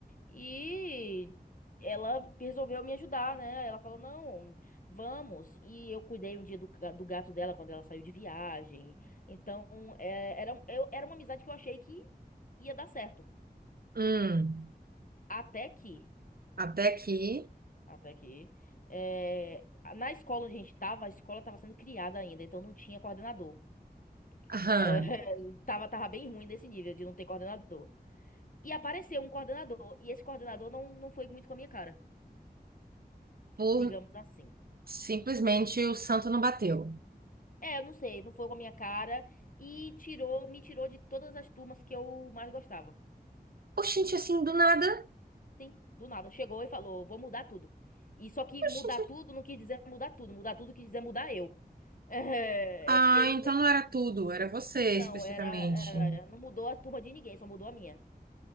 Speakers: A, on the left; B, on the right.
A: E ela resolveu me ajudar, né? Ela falou: não, vamos. E eu cuidei um dia do, ca- do gato dela quando ela saiu de viagem. Então, é, era, um- eu, era uma amizade que eu achei que ia dar certo.
B: Hum,
A: Até que.
B: até aqui.
A: Até que. é, na escola onde a gente tava, a escola tava sendo criada ainda, então não tinha coordenador. <laughs>
B: aham,
A: É, tava, tava bem ruim nesse nível de não ter coordenador. E apareceu um coordenador. E esse coordenador não, não foi muito com a minha cara,
B: por
A: digamos assim.
B: simplesmente o santo não bateu.
A: É, eu não sei, não foi com a minha cara. E tirou, me tirou de todas as turmas que eu mais gostava.
B: Oxente, assim, do nada.
A: Sim, do nada. Chegou e falou: vou mudar tudo. E só que mudar
B: Oxente.
A: tudo não quis dizer mudar tudo. Mudar tudo quis dizer mudar eu. <laughs> É,
B: Ah,
A: é porque não,
B: então não era tudo, era você
A: não
B: especificamente.
A: era, era- não mudou a turma de ninguém, só mudou a minha.